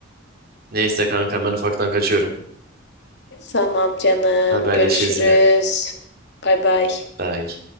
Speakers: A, on the right; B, on the left.
A: Neyse kanka ben ufaktan kaçıyorum.
B: Tamam canım,
A: Haberleşiriz
B: görüşürüz.
A: yine.
B: Bay bay.
A: Bye.